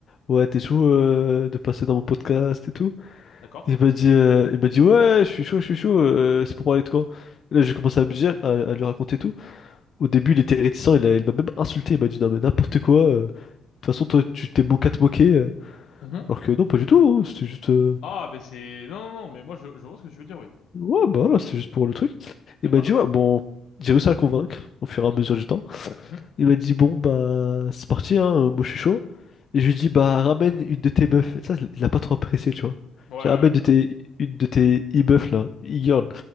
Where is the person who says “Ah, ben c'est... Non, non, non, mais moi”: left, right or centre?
Left